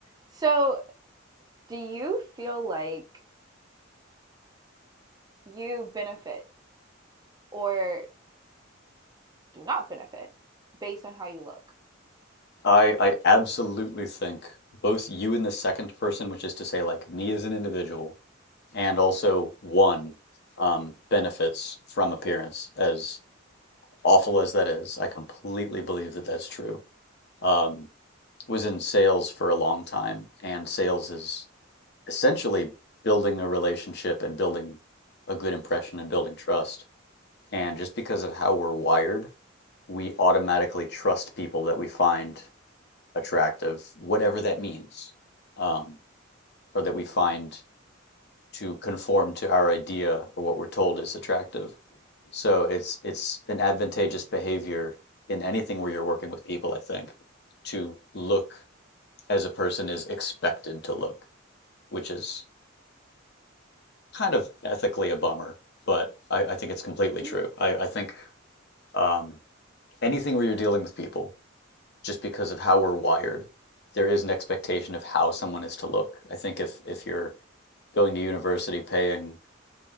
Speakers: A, on the right; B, on the left.
A: So, do you feel like you benefit or do not benefit based on how you look?
B: I I absolutely think both you in the second person, which is to say like me as an individual, and also one um benefits from appearance, as awful as that is. I completely believe that that's true. Um, was in sales for a long time, and sales is essentially building a relationship and building a good impression and building trust. And just because of how we're wired, we automatically trust people that we find attractive, whatever that means, um, or that we find to conform to our idea or what we're told is attractive. So it's it's an advantageous behavior in anything where you're working with people, I think, to look as a person is expected to look, which is kind of ethically a bummer, but I, I think it's completely true.
A: <laughs>
B: I, I think um, anything where you're dealing with people, just because of how we're wired. There is an expectation of how someone is to look. I think if if you're going to university paying,